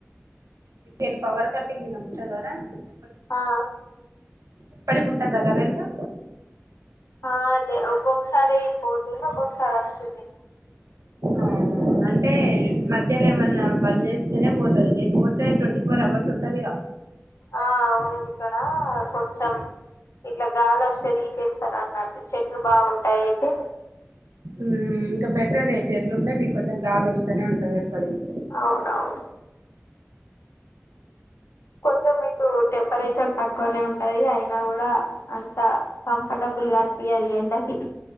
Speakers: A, on the right; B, on the left.
A: మీకెల్లి పవర్ కటింగ్ ఉంటుందారా ఎప్పటికి ఉంటదారా
B: ఆ
A: ఎప్పటికి ఉంటుందా కరెంటు
B: ఆ లే ఒక్కొక్కసారి పోతుంది ఒక్కొక్కసారి వస్తుంది
A: ఆ అంటే మధ్యలో ఏమన్నా బంద్ చేస్తేనే పోతాది లేకపోతే ట్వంటీ ఫోర్ అవర్స్ ఉంటదిగా
B: ఆ అవును ఇక్కడ కొంచెం ఇట్లా గాలొస్తే తీసేస్తారన్నట్టు చెట్లు బావుంటాయి అయితే
A: ఉమ్మ్ ఇంక బెటరే చెట్లు ఉంటే మీకు కొంచెం గాలొస్తనే ఉంటంది ఎప్పటికి
B: అవునవును కొంచెం మీకు టెంపరేచర్ తక్కువనే ఉంటది అయినా కూడా అంత కంఫర్టబుల్గా అనిపియ్యది ఎండకి